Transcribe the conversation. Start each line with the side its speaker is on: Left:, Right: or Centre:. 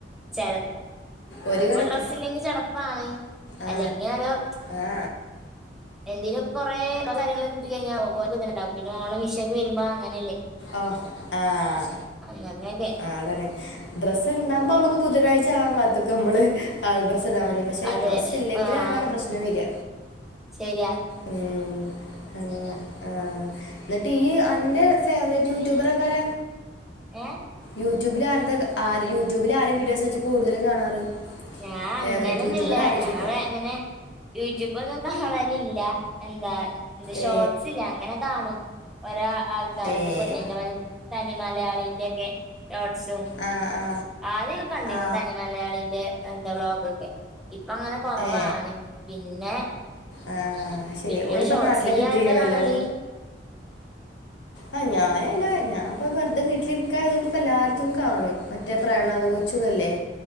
Centre: ചെല ഇപ്പൊ
Left: ഒരു കണക്ക്
Centre: ഡ്രസ്സ് ഇല്ലെങ്കിൽ <unintelligible> <unintelligible>
Left: ആ
Centre: അല്ലെങ്കി <unintelligible>
Left: ആ
Centre: എന്തിനലും കൊറെേ കയങ്ങളൊക്ക കിട്ടി കഴിഞ്ഞ പോണ്ടും പിന്നെ ഓണം വിഷയ ഒക്കെ വരുമ്പോ അങ്ങനെയല്ലേ
Left: ഓ ആഹ്
Centre: അങ്ങനെയൊക്കെ
Left: ആഹ് അതാണ് ഡ്രസ്സ് ഉണ്ടാവുമ്പോ നമുക്ക് ബുധനഴ്ചവാ കാത്തൊക്കെ നമ്മള് ഡ്രസ്സ് ഇടാവാനും പക്ഷെ
Centre: അതെ
Left: ഡ്രസ് ഇല്ലെങ്കിലിൽ
Centre: ആഹ്
Left: ആണ് അവിടെ പ്രശ്നം വരിക
Centre: ശരിയാ
Left: ഉം അങ്ങ ആഹ് എന്നിട്ട് ഈ അന്റെ ഫേവററ്റ് യൂട്യൂബർൊക്കാര
Centre: ഏഹ്
Left: യൂട്യൂബില ആരുടെ ആ യൂട്യൂബില ആരെ വീഡിയോസ് വെച്ച് കൂടുതലും കാണാറ്
Centre: ഞാൻ
Left: ഫേവറേറ്റ്
Centre: അങ്ങനൊന്ന
Left: യൂട്യൂബർ
Centre: ഇല്ല
Left: ആരാ
Centre: ഞാൻ
Left: ചോദിക്കുക
Centre: എങ്ങനെ യൂട്യൂബ ഒന്നും കാണലില്ല എന്താ എന്ത ഷോർട്സില്ലേ
Left: ഏ
Centre: അങ്ങനെ കാണും ഒരാ ആൾക്കാരത്
Left: ഏ
Centre: പെണ്ണിന്റെ തനി മലയാളിന്റെറെ ഒക്കെ ഷോർട്ട്സ്
Left: ആ ആ
Centre: ആദ്യ കണ്ടിരുന്നു
Left: ആ
Centre: തനി മലയാളിന്റെ എന്താ വ്ലോഗൊക്കെ ഇപ്പൊ അങ്ങനെ കുറവാണ്
Left: ഏ
Centre: പിന്നെ
Left: ആ ശരി
Centre: പിന്നെ
Left: ഓരിപ്പം
Centre: ഷോർട്ടസ്
Left: നാട്ടിലൊക്കെ
Centre: ഈ
Left: എത്തിക്കണല്ലോ
Centre: ആരതാ കാണലേ
Left: ആഹ് ഞാനല്ല ഞാനിപ്പ വെറുതെ വീട്ടിലിരിക്കയതുകൊണ്ട് ഇപ്പ എല്ലാടക്കും കാണും മറ്റ പ്രണവ് കൊച്ചുവല്ലേ